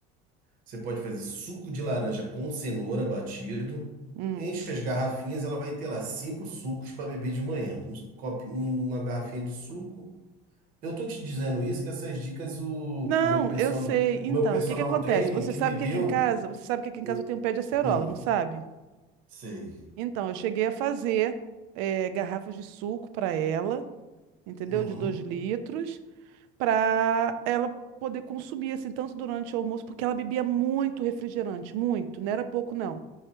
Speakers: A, on the right; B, on the right.
A: Você pode fazer suco de laranja com cenoura batido.
B: Hum.
A: Enche as garrafinhas, ela vai ter lá cinco sucos para beber de manhã. Um copo, uma garrafinha de suco. Eu tô te dizendo isso, que essas dicas o,
B: Não,
A: o meu personal,
B: eu sei. Então,
A: o meu personal
B: o que que acontece?
A: training
B: Você
A: que
B: sabe
A: me deu.
B: que aqui em casa, você sabe que aqui em casa
A: eu-
B: eu tenho um pé de acerola,
A: hum,
B: não sabe?
A: sei.
B: Então, eu cheguei a fazer eh, garrafas de suco para ela, entendeu?
A: Uhum,
B: De dois litros. para ela poder consumir assim tanto durante o almoço, porque ela bebia muito refrigerante, muito, não era pouco não.